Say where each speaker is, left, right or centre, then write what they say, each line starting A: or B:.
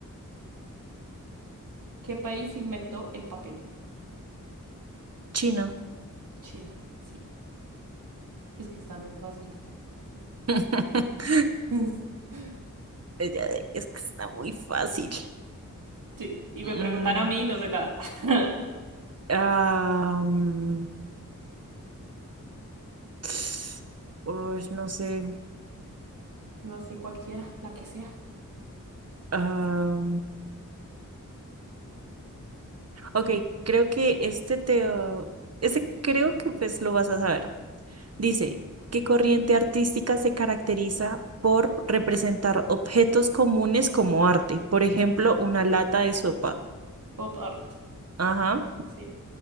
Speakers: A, on the right; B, on the right.
A: ¿Qué país inventó el papel?
B: Chino.
A: China. Sí, es que están re fáciles.
B: <laughs>
A: <laughs>
B: Ella de- Es que está muy fácil.
A: Sí, y me
B: Mm,
A: preguntan a mí, no sé nada. <laughs>
B: ah, mm, <sniffs> uy, no sé.
A: No sé cualquiera, la que sea.
B: Ah, ok, creo que este te... Este creo que pues lo vas a saber. Dice, ¿qué corriente artística se caracteriza por representar objetos comunes como arte? Por ejemplo, una lata de sopa.
A: Pop art.
B: Ajá.
A: Sí,